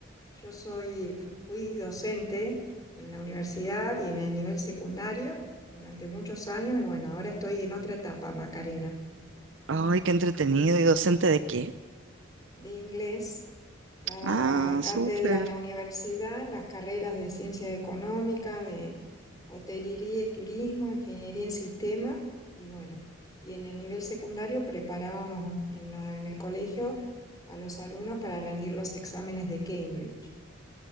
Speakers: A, on the left; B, on the right.
A: Yo soy, eh, fui docente en la universidad y en el nivel secundario durante muchos años y bueno, ahora estoy en otra etapa, Macarena,
B: Ay, qué entretenido. ¿Y docente de qué?
A: de inglés. Daba
B: Ah,
A: cátedra
B: súper.
A: en la universidad, las carreras de ciencia económica, de hotelería y turismo, ingeniería en sistema y bueno, y en el nivel secundario preparábamos en la- en el colegio a los alumnos para rendir los exámenes de Cambridge.